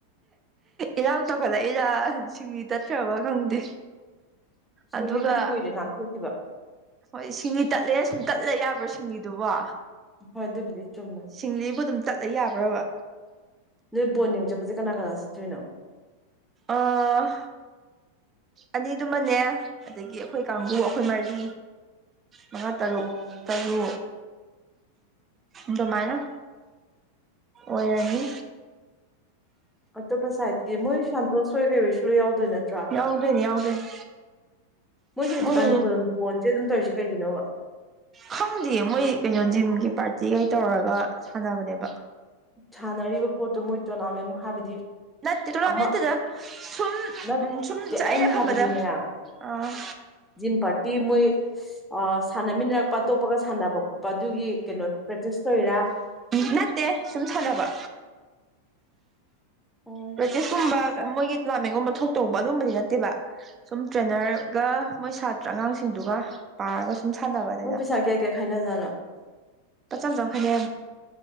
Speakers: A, on the right; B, in the centre.
A: ꯏꯔꯥꯡ ꯇꯧꯈꯠꯂꯛꯏꯔ ꯁꯤꯡꯂꯤ ꯇꯠꯈꯕ ꯈꯪꯗꯦ
B: ꯁꯤꯡꯂꯤ
A: ꯑꯗꯨꯒ
B: ꯕꯨꯗꯤ ꯀꯨꯏꯔꯦ ꯅꯥꯊꯣꯛꯈꯤꯕ
A: ꯍꯣꯏ ꯁꯤꯡꯂꯤ ꯇꯠꯂꯦꯅ ꯁꯨꯝ ꯇꯠꯂ ꯌꯥꯕ꯭ꯔꯥ ꯁꯤꯡꯂꯤꯗꯨꯕꯣ
B: ꯍꯣꯏ ꯑꯗꯨꯕꯨꯗꯤ ꯆꯨꯝꯅ
A: ꯁꯤꯡꯂꯤꯕꯨ ꯑꯗꯨꯝ ꯆꯠꯂ ꯌꯥꯕ꯭ꯔꯕ
B: ꯅꯣꯏ ꯕꯣꯟ ꯌꯦꯡ ꯆꯠꯄꯁꯦ ꯀꯅꯥ ꯀꯅꯥ ꯆꯠꯇ꯭ꯣꯏꯅꯣ
A: ꯑꯥ ꯑꯅꯤꯗꯨꯃꯅꯦ ꯑꯗꯒꯤ ꯑꯩꯈꯣꯏ ꯀꯥꯡꯕꯨ ꯑꯩꯈꯣꯏ ꯃꯔꯤ ꯃꯍꯥ ꯇꯔꯨ
B: ꯑꯣ
A: ꯇꯔꯨ ꯑꯗꯨꯃꯥꯏꯅ ꯑꯣꯏꯔꯅꯤ
B: ꯑꯇꯣꯞꯄ ꯁꯥꯏꯠꯇꯤ ꯃꯣꯏ ꯁꯟꯇꯣꯁ ꯍꯣꯏ ꯀꯩ ꯍꯣꯏꯁꯨ ꯂꯣꯏꯅꯥ ꯌꯥꯑꯣꯗꯣꯏ ꯅꯇꯔꯣ ꯅꯇ꯭ꯔ
A: ꯌꯥꯎꯗꯣꯏꯅꯤ ꯌꯥꯎꯗꯣꯏꯅꯤ
B: ꯃꯣꯏꯁꯦ ꯍꯧꯖꯤꯛ
A: ꯃꯣꯏ
B: ꯀꯥꯟꯅꯤꯄꯨꯔ ꯕꯣꯟꯁꯦ ꯑꯗꯨꯝ ꯇꯧꯔꯤꯁꯦ ꯀꯩꯒꯤꯅꯣꯕ
A: ꯈꯪꯗꯦ ꯃꯣꯏ ꯀꯩꯅꯣ ꯖꯤꯝꯒꯤ ꯄꯥꯔꯇꯤꯒꯩ ꯇꯧꯔꯒ ꯁꯥꯟꯅꯕꯅꯦꯕ
B: ꯁꯥꯟꯅꯔꯤꯕ ꯄꯣꯠꯇꯣ ꯃꯣꯏ ꯇꯣꯔꯅꯥꯃꯦꯟ ꯍꯥꯏꯕꯗꯤ
A: ꯅꯠꯇꯦ ꯇꯣꯔꯅꯥꯃꯦꯟꯗꯨꯨꯗ
B: ꯑꯃ
A: ꯁꯨꯝ
B: ꯅꯠꯇꯦ
A: ꯎ ꯁꯨꯝ ꯑꯩꯅ
B: ꯍꯥꯏꯕꯗꯤꯅꯦ
A: ꯈꯪꯕꯗ ꯑꯥ
B: ꯖꯤꯝ ꯄꯥꯔꯇꯤ ꯃꯣꯏ ꯑ ꯁꯥꯟꯅꯃꯤꯟꯅꯔꯛꯄ ꯑꯇꯣꯞꯄꯒ ꯁꯥꯟꯅꯕ ꯈꯣꯠꯄ ꯑꯗꯨꯒꯤ ꯀꯩꯅꯣ ꯆꯨꯁ ꯇꯧ ꯔꯤꯔꯥ
A: ꯅꯠꯇꯦ ꯁꯨꯝ ꯁꯥꯟꯅꯕ
B: ꯑꯥ
A: ꯄ꯭ꯔꯦꯛꯇꯤꯁꯀꯨꯝꯕ ꯃꯣꯏꯒꯤ ꯇꯣꯔꯅꯥꯃꯦꯟꯒꯨꯝꯕ ꯊꯣꯛꯇꯧꯕ ꯑꯗꯨꯝꯕꯗꯤ ꯅꯠꯇꯦꯕ ꯁꯨꯝ ꯇ꯭ꯔꯦꯅꯔ ꯒ ꯃꯣꯏ ꯁꯥꯇ꯭ꯔ ꯑꯉꯥꯡꯁꯤꯡꯗꯨꯒ ꯄꯥꯔꯒ ꯁꯨꯝ ꯁꯥꯟꯅꯕ ꯑꯗꯨꯅ
B: ꯃꯣꯏ ꯄꯩꯁꯥ ꯀꯌꯥ ꯀꯌꯥ ꯈꯥꯏꯅꯖꯥꯠꯅꯣ
A: ꯄꯠꯆꯝ ꯆꯈꯩꯅꯦ